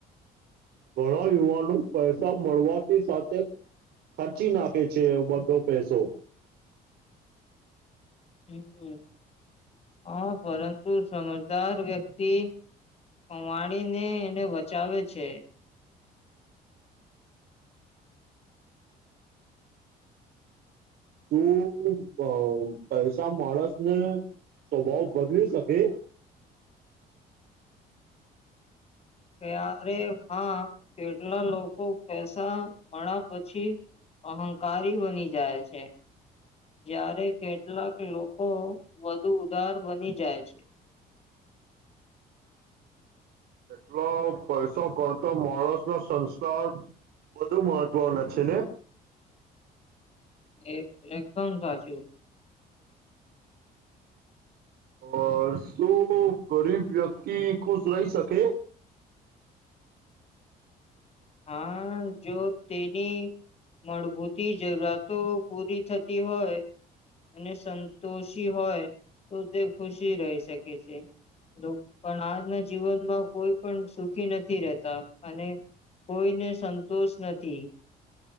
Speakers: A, on the right; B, on the left.
A: ઘણા યુવાનો પૈસા મળવાથી સાથે ખર્ચી નાખે છે બધો પૈસો
B: હમ હા પરંતુ સમજદાર વ્યક્તિ કમાડીને એને બચાવે છે.
A: તું પૈસા માણસને સ્વભાવ બદલી શકે
B: ત્યારે હા કેટલા લોકો પૈસા મળ્યા પછી અહંકારી બની જાય છે જ્યારે કેટલાક લોકો વધુ ઉધાર બની જાય છે.
A: એટલો પૈસો કરતો માણસ નો સંસ્કાર બધુ મહત્વના છે ને
B: એ એકદમ સાચું
A: અ શું ગરીબ વ્યક્તિ ખુશ રહી શકે
B: હા જો તેની મળભૂતી જરૂરાતો પૂરી થતી હોય અને સંતોષી હોય તો તે ખુશી રહી શકે છે પણ આજના જીવનમાં કોઈ પણ સુખી નથી રહેતા અને કોઈને સંતોષ નથી.